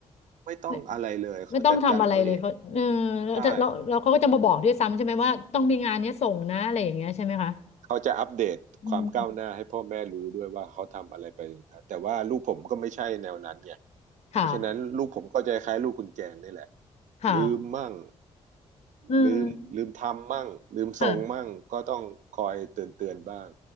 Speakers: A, on the right; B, on the left.
A: ไม่ต้องอะไรเลยเขาจัดการเขาเอง
B: ไม่ไม่ต้องทำอะไรเลยเขาเออแล้วจะแล้วแล้วเขาก็จะมาบอกด้วยซ้ำใช่ไหมว่าต้องมีงานเนี้ยส่งนะอะไรอย่างเงี้ยใช่ไหมคะ
A: ใช่เขาจะอัปเดตความก้าวหน้าให้พ่อแม่รู้ด้วยว่าเขาทำอะไรไปนะแต่ว่าลูกผมก็ไม่ใช่แนวนั้นไง
B: อืมค่ะ
A: เพราะฉะนั้นลูกผมก็จะคล้ายลูกคุณแจงนี่แหละ
B: ค่ะ
A: ลืมมั่ง
B: เออ
A: ลืมลืมทำมั่งลืมส่งมั่งก็ต้องคอยเตือนเตือนบ้าง
B: ค่ะ